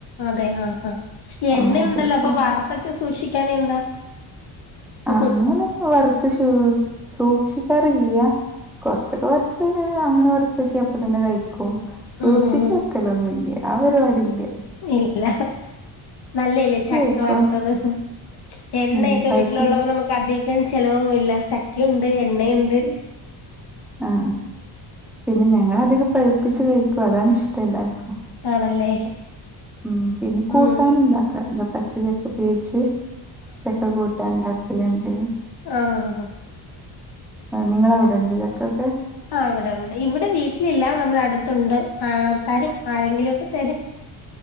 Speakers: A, on the left (about 55°); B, in the centre.
A: അതെ ആഹ് ആഹ് എണ്ണ
B: ആഹ് അതിലിപ്പോ
A: ഉണ്ടല്ലോ അപ്പൊ വറുത്തൊക്കെ സൂക്ഷിക്കൻ എന്താ.
B: അങ്ങനെ
A: ഉം
B: വറുത്ത ഷൂ സൂക്ഷിക്കാറില്ലയ കൊറച്ചൊക്കെ വറത്ത് അങ്ങനെ വറുത്തൊക്കെ അപ്പ തന്നെ കഴിക്കും സൂക്ഷിച്ചു
A: ഉം ഉം.
B: വെക്കലൊന്നുമല്ലേ ആ ഒരുപാടില്ല
A: ഇല്ല നല്ലല്ലേ ചക്ക
B: കഴിക്കും
A: വറുത്തത് എണ്ണയൊക്കെ
B: ഉം പഴുപ്പിച്ച്
A: വീട്ടിലുള്ളപ്പോ നമുക്ക് അധികം ചെലവുല്ല ചക്കെണ്ട് എണ്ണണ്ട്
B: ആ പിന്നെ ഞങ്ങള് അധികം പഴിപ്പിച്ച് കഴിക്കും അതാണ് ഇഷ്ടം എല്ലാർക്കും
A: ആണല്ലേ
B: ഉം പിന്നെ കൂട്ടാന്
A: ഉം
B: ഇണ്ടാക്കാറുണ്ട് പച്ച ചക്ക ഉപയൊഗാച്ച് പച്ചചക്ക കൂട്ടാൻ ഇണ്ടാക്ക ക്കല്ണ്ട്
A: ആഹ് ആഹ് ആഹ് ആഹ്
B: നിങ്ങളവിടെണ്ടോ ഇതൊക്കൊക്കെ
A: ആ ഇവിടെ ഉണ്ട് ഇവിടെ വീട്ടിലില്ല നമ്മള അടുത്തുണ്ട് ആ തരും ആരെങ്കിലൊക്കെ തരും